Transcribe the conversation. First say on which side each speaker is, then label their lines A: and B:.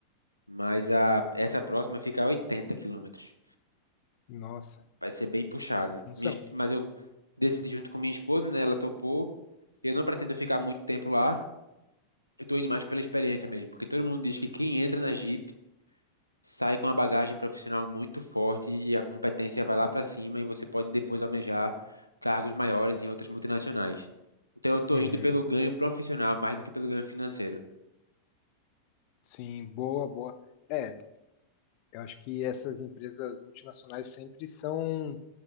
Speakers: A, on the left; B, on the left.
A: Mas a, essa próxima fica a 80 quilômetros.
B: Nossa,
A: Vai ser bem puxada.
B: é uma função.
A: Minha es- mas eu decidi junto com minha esposa, né? Ela topou. Eu não pretendo ficar muito tempo lá. Eu tô indo mais pela experiência mesmo, porque todo mundo diz que quem entra na Jeep sai com uma bagagem profissional muito forte e a competência vai lá para cima e você pode depois almejar cargos maiores em outras multinacionais. Então eu tô
B: Uhum.
A: indo pelo ganho profissional mais do que pelo ganho financeiro.
B: Sim, boa, boa. É, eu acho que essas empresas multinacionais sempre são